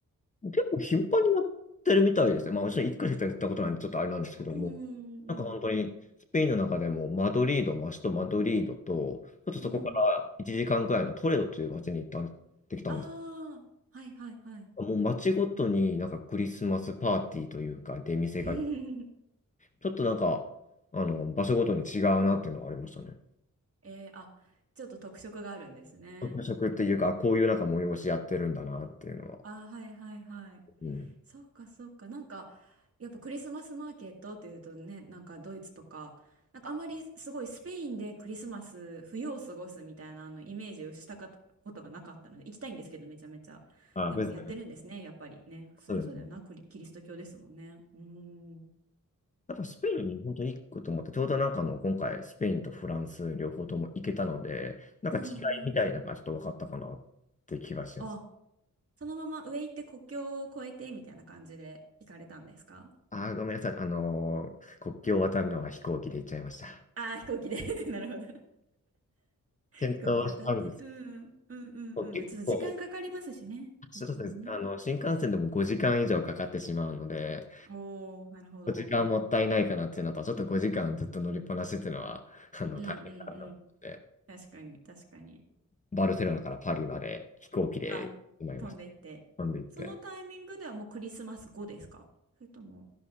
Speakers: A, on the left (about 25°); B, on the right (about 45°).
A: 結構頻繁にやってるみたいですね。まあ、もちろん回しかやったことないんで、ちょっとあれなんですけども、
B: うんうんうん
A: なんか本当に、スペインの中でもマドリード、マストマドリードと、ちょっとそこから1時間くらいのトレドという街に行った、
B: うん。うん
A: 行ってきたんです。
B: ああ、はいはいはい。
A: もう街ごとになんかクリスマスパーティーというか、出店が、
B: <laughs>
A: ちょっとなんか、あの、場所ごとに違うなっていうのはありましたね。
B: えー、あ、ちょっと特色があるんですね。
A: 特色っていうか、こういうなんか催しやってるんだなっていうのは。
B: あー、はいはいはい。
A: うん。
B: そっかそっか。なんか、やっぱクリスマスマーケットっていうとね、なんかドイツとか、なんかあんまりすごいスペインでクリスマス、冬を過ごすみたいなあのイメージをしたかことがなかったので、行きたいんですけど、めちゃめちゃ。
A: あ、
B: でもやってるんですね、
A: 別に、
B: やっぱりね。そりゃそうだよな、
A: そうですね。
B: クリ、キリスト教ですもんね。うーん。
A: やっぱスペイン、本当に行くと思って、ちょうどなんかあの、今回、スペインとフランス両方とも行けたので、なんか違いみたいなのがちょっと分かったかなって気がしてます。
B: うんうん。あそのまま上行って国境を越えてみたいな感じで行かれたんですか
A: ああ、ごめんなさい。あのー国境を渡るのは飛行機で行っちゃいました。
B: ああー、飛行機で <laughs> なるほど。
A: 検討はしたんです。
B: 飛行機で渡って、うん、うん、うん、うん。
A: 結構、
B: まあ、ちょっと時間かかりますしね。
A: そうです。
B: 余計にね。
A: あの、新幹線でも5時間以上かかってしまうので、
B: おお、なるほど。
A: 5時間もったいないかなっていうのと、ちょっと5時間ずっと乗りっぱなしっていうのは、あの、
B: うんうんうん。
A: 大変かなと思って、
B: 確かに、確かに。
A: バルセロナからパリまで飛行機で行ってまいりました。
B: あ、飛んでいって。
A: 飛んで行って。
B: そのタイミングではもうクリスマス後ですかそれとも。